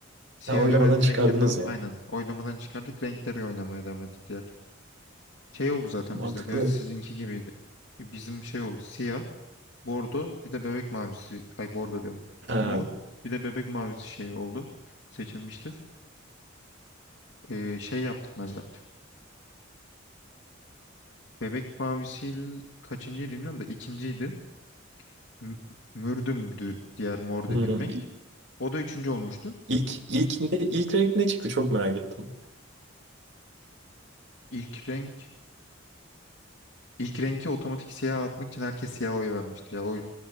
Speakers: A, on the left; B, on the right.
A: Siyah
B: Ya oylamadan
A: garanti
B: çıkardınız
A: renk yapalım.
B: yani.
A: Aynen. Oylamadan çıkardık. Renkleri oynamaya devam ettik diğer. Şey oldu zaten
B: Mantıklı.
A: bizde de ya sizinki gibiydi. E, Bizim şey oldu siyah. Bordo bir de bebek mavisi. Ay bordo diyorum.
B: Ha.
A: Mor bir de bebek mavisi şey oldu. Seçilmişti. Ee, şey yaptım ben de. Bebek mavisi kaçıncıydı bilmiyorum da ikinciydi. M- Mürdüm'dü diğer mor
B: Hmm.
A: dediğim renk. O da üçüncü olmuştu.
B: İlk, ilk, ne, ilk renk ne çıktı çok merak ettim.
A: İlk renk ilk renki otomatik siyah atmak için herkes siyah oy vermişti. Ya, o,